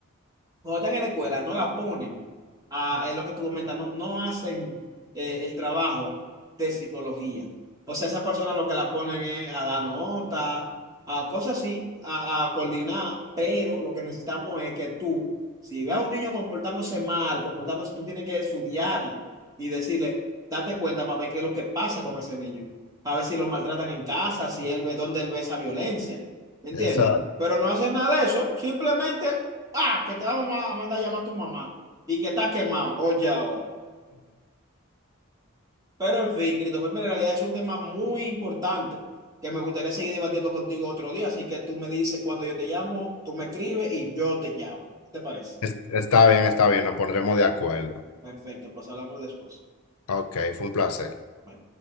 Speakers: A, on the right; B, on the left.
A: cuando están en la escuela, no la ponen a, es lo que tú comentas, no, no hacen eh, el trabajo de psicología. O sea, esas personas lo que la ponen es a dar nota, a cosas así, a, a coordinar, pero lo que necesitamos es que tú, si ves a un niño comportándose mal, comportándose, tú tienes que estudiarla y decirle, date cuenta para ver qué es lo que pasa con ese niño, para ver si lo maltratan en casa, si él ve dónde él ve esa violencia, ¿me entiendes?
B: exacto.
A: Pero no hacen nada de eso, simplemente Ah, que te vamos a mandar a llamar a tu mamá y que está quemado. Oye, ahora. Pero en fin, Christopher, mira, en realidad es un tema muy importante que me gustaría seguir debatiendo contigo otro día. Así que tú me dices cuando yo te llamo, tú me escribes y yo te llamo. ¿Qué te parece?
B: <laughs> Es- Está bien, está bien, nos pondremos de acuerdo.
A: Perfecto, pues hablamos después.
B: Ok, fue un placer.
A: Bye.